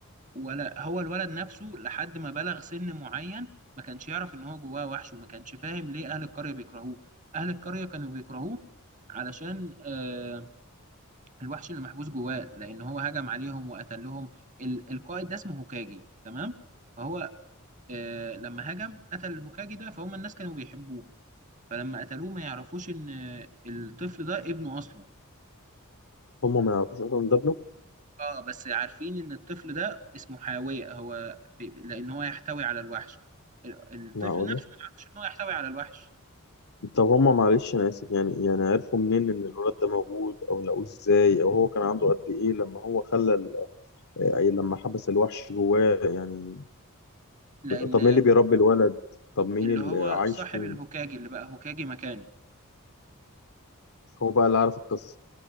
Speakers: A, on the right; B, on the left.
A: ولا هو الولد نفسه لحد ما بلغ سن معين ما كانش يعرف ان هو جواه وحش وما كانش فاهم ليه اهل القرية بيكرهوه اهل القرية كانوا بيكرهوه علشان آه الوحش اللي محبوس جواه لان هو هجم عليهم وقتلهم ال- القائد ده اسمه هوكاجي تمام فهو آه لما هجم قتل الهوكاجي ده فهم الناس كانوا بيحبوه فلما قتلوه ما يعرفوش ان الطفل ده ابنه اصلا
B: هما ما يعرفوش اصلا إن ده ابنه
A: اه بس عارفين ان الطفل ده اسمه حاوية هو ب... ب- لان هو يحتوي على الوحش ال- الطفل
B: معقولة
A: نفسه ما يعرفش ان هو يحتوي على الوحش
B: طب هما معلش انا اسف يعني يعني عرفوا منين ان الولاد ده موجود او لقوه ازاي او هو كان عنده قد ايه لما هو خلى ال- أي لما حبس الوحش جواه يعني
A: لان
B: طب مين اللي بيربي الولد طب مين
A: اللي
B: اللي
A: هو
B: عايش
A: صاحب
B: فين
A: الهوكاجي اللي بقى هوكاجي مكانه
B: هو بقى اللي عارف القصة